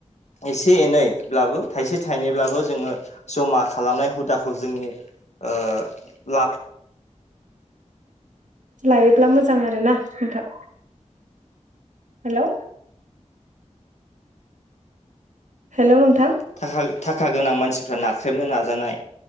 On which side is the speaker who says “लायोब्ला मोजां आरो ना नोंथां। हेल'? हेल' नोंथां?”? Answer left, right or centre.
Right